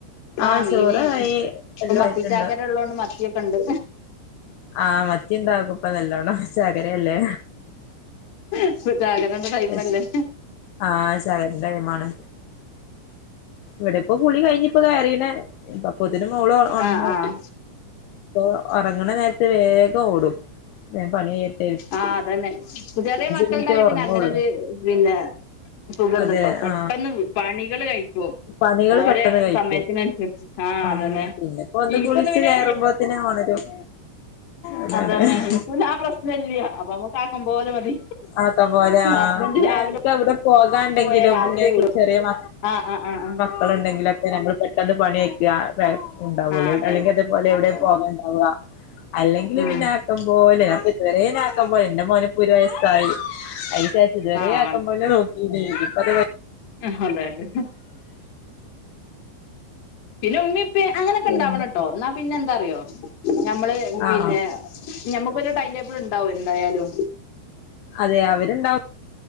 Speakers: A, on the left; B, on the left.
A: ആ
B: ആഹ് മീന്
A: ചോറായി
B: ഇപ്പ
A: എല്ലാം
B: മത്തി
A: ആയിട്ടുണ്ട്
B: ചാക്കര ഉള്ളതോണ്ട് മത്തിയൊക്കെ ഉണ്ട്.
A: ആഹ് മത്തിയ ഉണ്ടാവക്പ്പ നല്ലോണോ ചാഖരയല്ലേ
B: ഇപ്പൊ ചാകരന്റെ ടൈമല്ലേ
A: ബെസ് ആഹ് ചായേടൈംമാണ് ഇവിടെപ്പൊ കുളികഴിഞ്ഞിപ്പോ കേറീന്നെ പ്പുതിന് മോള് ഒന്നു
B: ആഹ് ആഹ്
A: അപ്പൊ ഒറങ്ങണ നേര ഇത് വേഗം ഓടും ഇത് പണിയെട് ത്ത്
B: ആ അതന്നെ ചെറിയ മക്കളണ്ടായ
A: മിനിറ്റേ ഉറങ്ങുള്ളൂ
B: പിന്നെ അങ്ങനെരു പിന്നെ സുഖംണ്ട്
A: അതെ
B: ഇട്ടോ പെട്ടെന്ന്
A: ആ
B: പണികള് കഴിക്കോ
A: പണികള്
B: ഓരോ
A: പെട്ടെന്ന് കഴിക്കും
B: സമയത്തിനനുസരിച്ച് ആഹ്
A: ആ
B: അതന്നെ
A: പിന്നെപ്പോ ഒന്ന്
B: എനിക്കൊന്നു
A: കുളിച്ച്
B: പിന്നെ
A: കയറുമ്പോത്തിന് ഒണരും അതാണ്
B: അതന്നെ എനിക്ക് പിന്നെ ആ പ്രശ്നം ഇല്ല്യാ അപ്പൊ നമ്മക്ക ആക്ക പോലെ മതി.
A: ആക്കാം പോലെ ആ
B: ഹസ്ബൻഡ്
A: പിന്നെഎനിക്ക്
B: രാവിലെ
A: അവിടെ പോകാണ്ടെങ്കിലും
B: പോയാ രാത്രി
A: ഇങ്ങനെ
B: വരും
A: കുറി ചെറിയമ
B: ആഹ് ആഹ് ആഹ് ആഹ്
A: ക്കള്ണ്ടെങ്കിലൊക്കെ ഞങ്ങള് പെട്ടെന്ന് പണിചെയ്യും വ്യതെ ഉണ്ടാവുള്ളു
B: ആഹ് ആഹ് അതന്നെ
A: അല്ലെങ്കിൽ അതേപോലെ എവിടെ
B: അതെ അതെ
A: പോകാൻണ്ടാവുക അല്ലെങ്കിലി
B: ഉം
A: പിന്നെക്ക പോവല് അപ്പൊഇതുവരെയും നാ ആക്കൻ പോല എന്റെ മോന് ഇപ്പ ഒരു വയസ്സായി. ഇതുവരെ
B: ആഹ്
A: ആക്കമ്പന്നെ നോക്ക
B: ആഹ് അതെ അതെ പിന്നെ ഉമ്മിപ്പ അങ്ങനെയൊക്കെ
A: പിന്നെ
B: ഇണ്ടാവണം കേട്ടോ എന്നാ പിന്നെ എന്താറിയോ ഞമ്മള് പിന്നെ
A: ആഹ്
B: ഞമ്മക്കൊരു ടൈം ടേബിൾ ഉണ്ടാവോ എന്തായാലും
A: അതെ അവരുണ്ടാവും